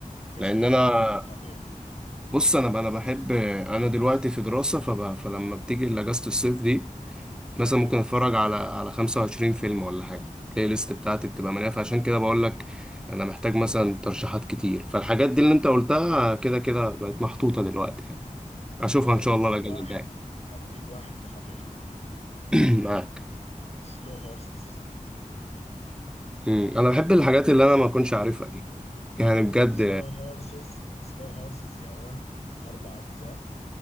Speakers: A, on the left; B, in the centre.
A: اسمه
B: لان انا
A: تيننت خطير
B: بص انا انا بحب انا دلوقتي في دراسه فب... فلما بتيجي اجازه الصيف دي
A: اوكي
B: مثلا ممكن اتفرج على على 25 فيلم ولا حاجه البلاي ليست بتاعتي بتبقى مليانه فعشان كده بقول لك انا محتاج مثلا ترشيحات كتير فالحاجات دي اللي انت قلتها كده كده بقت محطوطه دلوقتي يعني اشوفها
A: طيب
B: ان
A: انا
B: شاء
A: اديك
B: الله الاجازه
A: واحد
B: الجايه
A: اديك واحد ده خطير
B: <clears throat> معاك
A: سلو هورسز
B: مم. انا بحب الحاجات اللي انا ما كنتش عارفها دي يعني بجد
A: سلو هورسز سلو هورسز يا مان أربع أجزاء